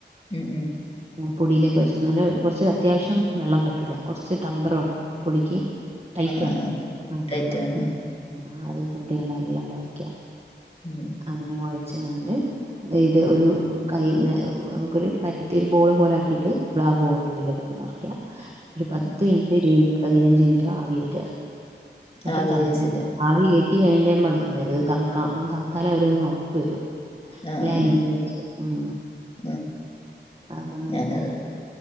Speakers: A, on the left; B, on the right.
A: ഉം ഉം
B: പൊടിയിലേക്ക് ഒയ്ച്ച് ഇന്നാല് കുറച്ച് അത്യാവശ്യം വെള്ളം പറ്റൂല കുറച്ച് ടമ്പർ വേണം പൊടിക്ക് ടൈറ്റ്
A: ആ ആ
B: വേണം
A: ആ ടൈറ്റ്
B: ആ
A: ആണ്
B: ആ അത് കൂട്ടി ആണ്ട് നല്ലം കൊയക്ക
A: ഉം
B: അങ്ങനെ കൊയ ച്ച്ങ്ങാണ്ട് ഇത് ഒരു കൈ നെ ക്കൊരു പരത്തി ഒരു ബോള് പോലെ ആക്കിട്ട് ആ ബോളിന്റെ ഉള്ളിലേക്കങ്ങട്ട് നറക്ക ഒരു പത്ത്
A: ഉം
B: മിനിറ്റ് ഇരുവത് പതിനഞ്ച് മിനിറ്റ് ആവി കേറ്റ എന്നിട്ടും
A: ആവിയിൽ
B: തണുക്കണം
A: വേവിച്ചിട്ട്
B: ആവി കേറ്റി കഴി ണേയൻ്റെ മുമ്പ് അണ്ട് തിന്നരുത് തണക്കണം തണുത്താലേ ഒര് ഒന്നൊറപ്പ് വരൊള്ളൂ
A: ആ
B: ലാലി
A: ആ ആ
B: വ്യേച്ച് ഉം
A: ആ
B: അപ്പം പിന്നെ
A: ഞാനത്